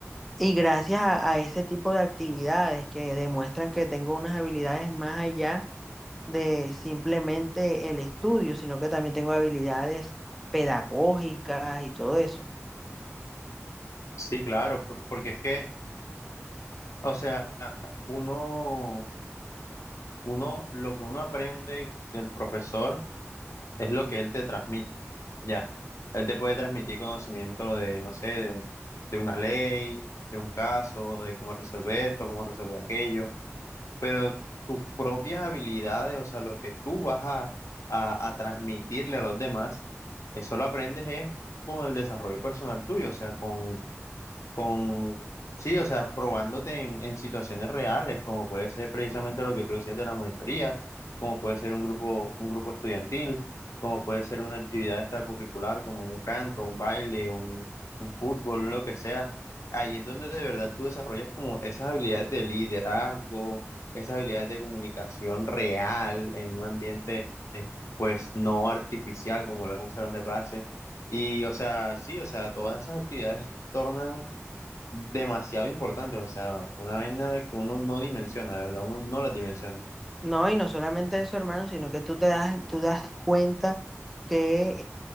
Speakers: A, in the centre; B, on the left.
A: Y gracias a, a ese tipo de actividades que demuestran que tengo unas habilidades más allá de simplemente el estudio, sino que también tengo habilidades pedagógicas y todo eso.
B: Sí, claro, por- porque es que, o sea, uno, uno, lo que uno aprende del profesor es lo que él te transmite. Ya, él te puede transmitir conocimiento de, no sé, de un- de una ley, de un caso, de cómo resolver esto, cómo resolver aquello pero tus propias habilidades, o sea, lo que tú vas a, a- a transmitirle a los demás, eso lo aprendes es con el desarrollo personal tuyo, o sea, con con, sí, o sea, probándote en, en situaciones reales, como puede ser precisamente lo que tú decías de la monitoría, como puede ser un grupo, un grupo estudiantil, como puede ser una actividad extracurricular, como un canto, un baile, un, un fútbol, lo que sea. Ahí es donde de verdad tú desarrollas como esas habilidades de liderazgo, esas habilidades de comunicación real en un ambiente, eh, pues, no artificial como lo es un salón de clase. Y, o sea, sí, o sea, todas esas actividades tornan demasiado importantes, o sea, una vaina que uno no dimensiona, de verdad, uno no las dimensiona.
A: No, y no solamente eso, hermano, sino que tú te das, tú das cuenta que,